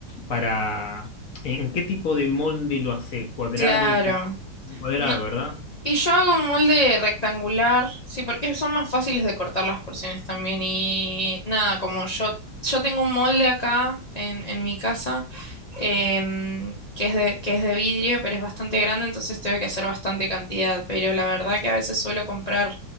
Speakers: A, on the left; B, on the left.
A: para, ¿en qué tipo de molde lo haces? Cuadrado,
B: Claro.
A: con- cuadrado,
B: No,
A: ¿verdad?
B: Y yo hago un molde rectangular, sí, porque son más fáciles de cortar las porciones también. Y nada, como yo, yo tengo un molde acá en, en mi casa, em, que es de, que es de vidrio, pero es bastante grande, entonces tengo que hacer bastante cantidad. Pero la verdad que a veces suelo comprar